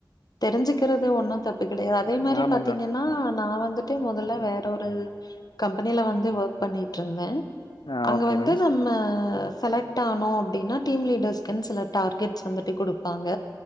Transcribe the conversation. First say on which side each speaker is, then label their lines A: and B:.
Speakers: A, on the left; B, on the left.
A: தெரிஞ்சுக்கிறது ஒன்னு தப்பு கிடயாது அதே மாரி
B: ஆமா
A: பாத்தீங்கன்னா
B: மேம்
A: ஆ நா வந்துட்டு மொதல்ல வேற ஒரு கம்பெனில வந்து ஒர்க் பண்ணிட்ருந்தே
B: ஆ
A: அங்க
B: ஓகே
A: வந்து
B: மேம்
A: நம்ம செலக்ட் டானோ அப்டினா டீம் லீடர்ஸ்க்குனு சில டார்கட்ஸ் வந்துட்டு குடுப்பாங்க